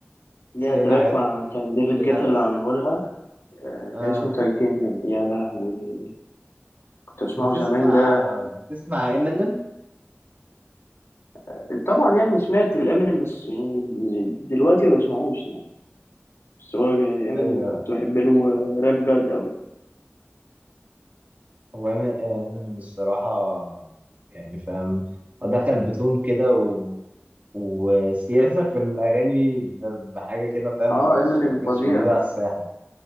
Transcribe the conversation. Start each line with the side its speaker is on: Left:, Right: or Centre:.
Left: ليها
Right: بس هي
Left: تراك
Right: ليها حاجات
Left: مع
Right: كتير.
Left: كان ديفيد
Right: بتاعت
Left: جيتا اللي عامله لها آه،
Right: آه
Left: كان اسمه تايتانيوم يا لهوي كنت اسمعه
Right: بتسمع
Left: زمان ده
Right: بتسمع امينيم
Left: آه، طبعا يعني سمعت الامينيم بس يعني دلوقتي ما بسمعوش يعني بس هو امينيم
Right: ايوه
Left: كنت بحب له راب جاد قوي
Right: هو امينيم الصراحة يعني فاهم دخل بتون كده و... وسياسة في الأغاني ب- بحاجة كده فاهم
Left: اه
Right: ما كانتش
Left: امينيم
Right: ما
Left: فظيع
Right: كانتش موجودة على الساحة